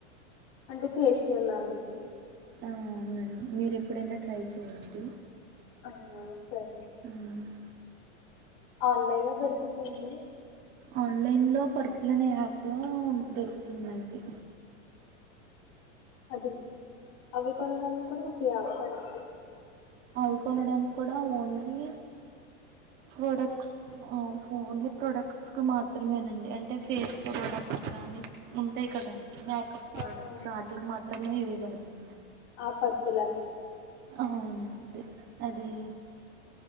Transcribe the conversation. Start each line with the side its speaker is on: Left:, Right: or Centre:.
Left: అంటే ఫేషియల్ లాగానే
Right: ఆ అవునండి మీరు ఎప్పుడైనా ట్రై చేయండి
Left: ఆ సరే
Right: మ్మ్
Left: ఆన్లైన్ లో దొరికిద్దండి
Right: ఆన్లైన్లో పర్పుల్ అనే యాప్లో దొరుకుతుందండి
Left: అది అవి కొనడానికి కూడా ఒక యాప్ అండి
Right: అవు కొనడానికి కూడా ఓన్లీ ప్రోడక్ట్స్ ఓన్లీ ప్రోడక్ట్స్ కు మాత్రమేనండి అంటే ఫేస్ ప్రోడక్ట్ కానీ ఉంటాయి కదండి మేకప్ ప్రోడక్ట్స్
Left: ఆ
Right: వాటిలు మాత్రమే యూజ్ అవుతాయి ఉంధ
Left: ఆ పర్పులా
Right: అవునండి అది